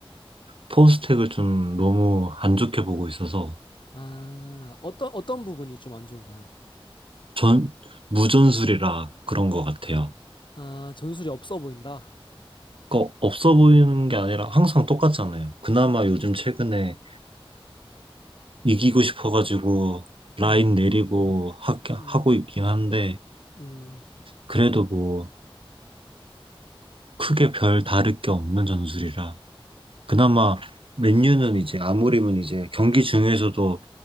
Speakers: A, on the right; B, on the left.
A: 포스텍을 좀 너무 안 좋게 보고 있어서
B: 아, 어떤 어떤 부분이 좀 안 좋은가요?
A: 전 무전술이라 그런 것 같아요.
B: 아, 전술이 없어 보인다.
A: 그 없어 보이는 게 아니라 항상 똑같잖아요. 그나마 요즘 최근에 이기고 싶어가지고 라인
B: 음.
A: 내리고 하,
B: 음.
A: 하고 있긴 한데
B: 음.
A: 그래도 뭐 크게 별 다를 게 없는 전술이라 그나마 맨유는 이제 아무리면 이제 경기 중에서도